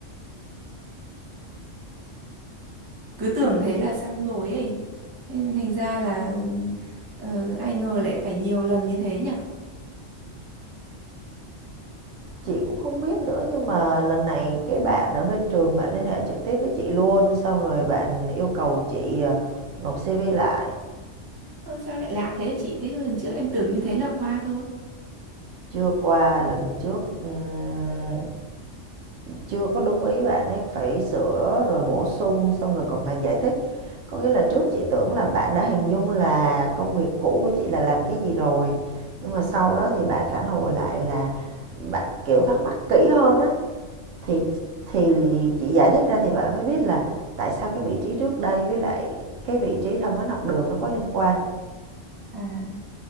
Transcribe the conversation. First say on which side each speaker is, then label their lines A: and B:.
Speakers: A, on the right; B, on the right.
A: cứ tưởng thế là xong rồi ấy nên thành ra là ờ, ai ngờ lại phải nhiều lần như thế nhở
B: chị cũng không biết nữa nhưng mà lần này cái bạn ở bên trường bạn liên hệ trực tiếp với chị luôn, xong rồi bạn yêu cầu chị ờ, nộp CV lại.
A: ơ sao lại lạ thế hả chị thế lần trước em tưởng như thế là qua thôi
B: Chưa qua lần trước ừm, chưa có đúng ý bạn ấy phải sửa rồi bổ sung xong rồi còn phải giải thích. Có nghĩa là trước chị tưởng là bạn đã hình dung là công việc cũ của chị là làm cái gì rồi, nhưng mà sau đó thì bạn phản hồi lại là bạn kiểu thắc mắc kỹ hơn á thì thì chị giải thích ra thì bạn mới biết là tại sao cái vị trí trước đây với lại cái vị trí tham vấn học đường nó có liên quan
A: à